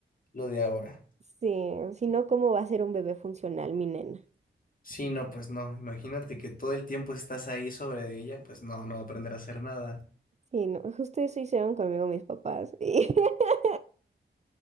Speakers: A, on the left; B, on the right.
A: lo de ahora.
B: Sí, si no, ¿cómo va a ser un bebé funcional, mi nena?
A: Sí, no, pues no, imagínate que todo el tiempo estás ahí sobre de ella, pues no, no va a aprender a hacer nada.
B: Sí, no, justo eso hicieron conmigo mis papás. <laughs>